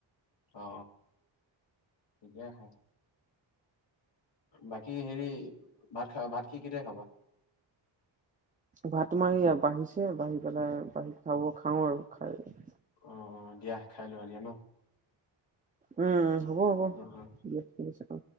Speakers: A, on the left (about 65°); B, on the right (about 15°).
A: অ ঠিকে আছে বাকী হেৰি ভাত খালা ভাত কি কেতিয়া খাবা
B: ভাত তোমাৰ ইয়া বাঢ়িছে বাঢ়ি পেলাই বাঢ়ি খাব খাওঁ আৰু খাই
A: অ অ দিয়া খাই লৈ এতিয়া ন
B: উম হ'ব হ'ব
A: অ অ
B: ঠিক আছে অ